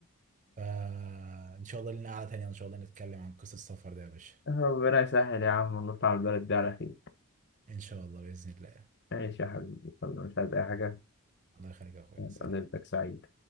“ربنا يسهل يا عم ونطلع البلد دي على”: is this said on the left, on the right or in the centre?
Left